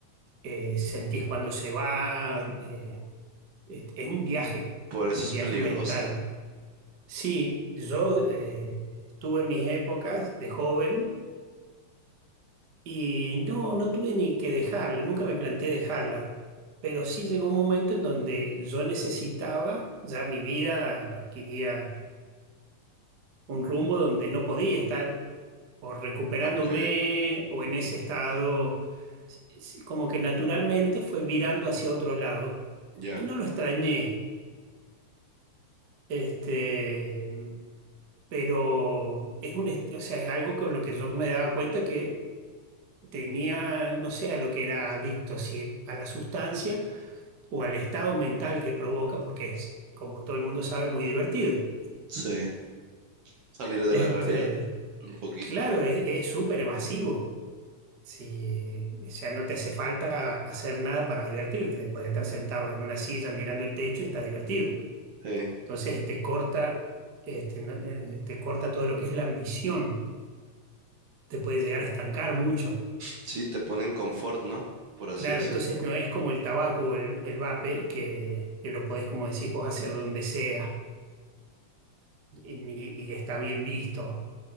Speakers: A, on the right; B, on the right.
A: eh, sentís cuando se va, eh, es es un viaje,
B: Por eso
A: un
B: es
A: viaje
B: peligrosa.
A: mental. Sí, yo eh, tuve mis épocas de joven y no, no tuve ni que dejarla, nunca me planteé dejarla, pero sí llegó un momento en donde yo necesitaba, ya mi vida adquiría un rumbo donde no podía estar o recuperándome
B: Ok,
A: o en ese estado, S- s- como que naturalmente fue virando hacia otro lado.
B: ya.
A: Y no lo extrañé, este, pero es un, est- o sea, es algo con lo que yo me daba cuenta que tenía, no sé, a lo que era adicto, si a la sustancia o al estado mental que provoca, porque es, como todo el mundo sabe, muy divertido.
B: Sí. Salir
A: Este,
B: de la realidad. Un poquito.
A: claro, es es súper evasivo. Sí, o sea, no te hace falta hacer nada para divertirte. Puedes estar sentado en una silla mirando el techo y estás divertido.
B: Sí.
A: Entonces te corta, este, no- eh, te corta todo lo que es la ambición. Te puede llegar a estancar mucho.
B: Sí, te ponen confort, ¿no? Por así
A: Claro,
B: decirlo.
A: entonces no es como el tabaco o el, el vape, que, que lo podés, como decís vos, hacer donde sea y, ni- y está bien visto.